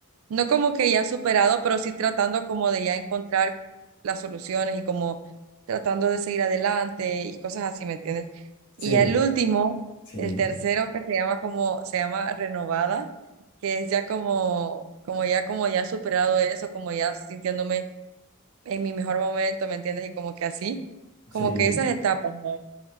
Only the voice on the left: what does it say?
sí,
sí,
sí,